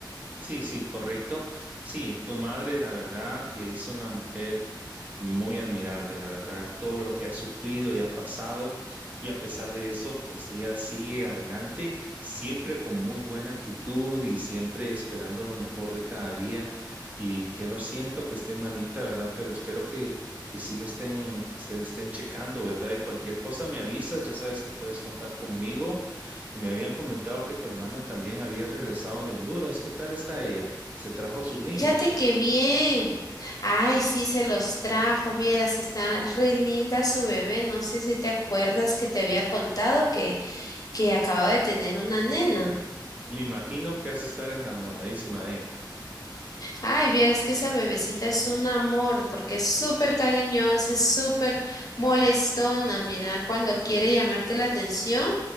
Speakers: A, on the right (about 20°); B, on the left (about 50°).
A: Sí, sí, correcto. Sí, tu madre, la verdad, que es una mujer muy admirable, la verdad, todo lo que ha sufrido y ha pasado, y a pesar de eso, pues ella sigue adelante, siempre con muy buena actitud y siempre esperando lo mejor de cada día. Y que lo siento que esté malita, ¿verdad? Pero espero que, que sí le estén, que se le estén checando, ¿verdad? Y cualquier cosa me avisas, ya sabes que puedes contar conmigo. Y me habían comentado que tu hermana también había regresado de Honduras. ¿Qué tal está ella? ¿Se trajo sus niños?
B: Fíjate qué bien. Ay, sí, se los trajo, vieras, que está re linda su bebé. No sé si te acuerdas que te había contado que, que acababa de tener una nena.
A: Me imagino que has de estar enamoradísima de ella.
B: Ay, vieras que esa bebecita es un amor, porque es súper cariñosa, es súper molestona. Mira, cuando quiere llamarte la atención,